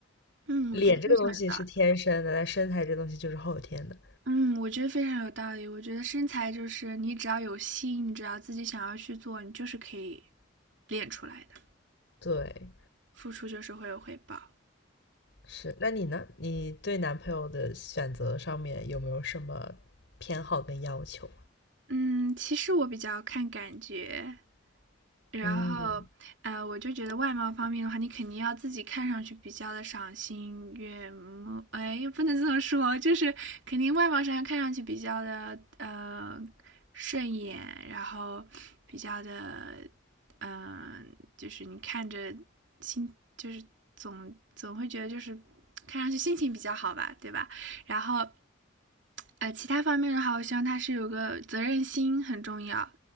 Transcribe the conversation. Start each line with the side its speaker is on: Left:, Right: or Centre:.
Right: 嗯，
Left: 脸这个东西是天生的，
Right: 我觉得非常有道理。
Left: 但身材这东西就是后天的。
Right: 嗯，我觉得非常有道理。我觉得身材就是你只要有心，你只要自己想要去做，你就是可以练出来的。
Left: 对，
Right: 付出就是会有回报。
Left: 是，那你呢？你对男朋友的选择上面有没有什么偏好跟要求？
Right: 嗯，其实我比较看感觉。然后，
Left: 嗯
Right: 呃，我就觉得外貌方面的话，你肯定要自己看上去比较的赏心悦目，哎，也不能这么说，就是肯定外貌上看上去比较的呃顺眼，然后比较的，嗯、就是你看着心，就是总总会觉得就是看上去心情比较好吧，对吧？然后，呃，其他方面的话，我希望他是有个责任心很重要，